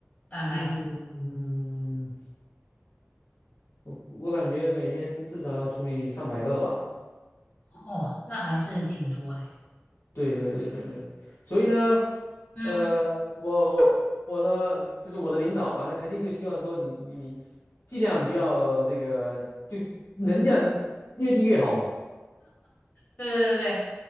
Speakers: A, on the left (about 40°); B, on the left (about 80°).
A: 大概
B: 嗯，我我感觉每天至少要处理上百个吧。
A: 哦，那还是挺多的。
B: 对对对对对，所以呢，
A: 嗯，
B: 呃，我我的就是我的领导嘛，他肯定就希望说你你你尽量不要这个，就能降越低越好嘛，
A: 对对对对，